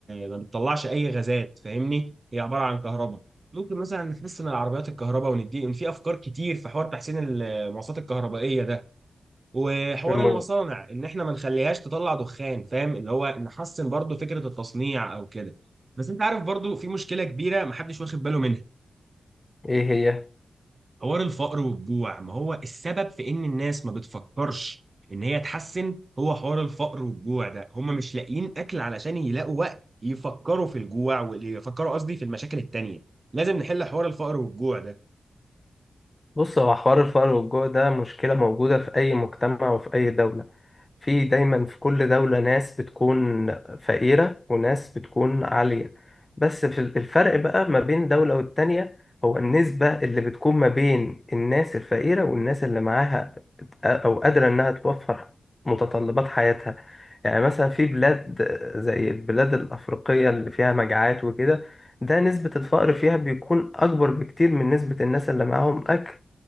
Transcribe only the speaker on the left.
مم،
إيه هي؟
بص هو حوار الفقر والجوع ده مشكلة موجودة في أي مجتمع وفي أي دولة في دايما في كل دولة ناس بتكون فقيرة وناس بتكون عالية بس في الفرق بقى ما بين دولة والتانية هو النسبة اللي بتكون ما بين الناس الفقيرة والناس اللي معاها أو قادرة إنها توفر متطلبات حياتها يعني مثلا في بلاد زي البلاد الأفريقية اللي فيها مجاعات وكده ده نسبة الفقر فيها بيكون أكبر بكتير من نسبة الناس اللي معاهم أكل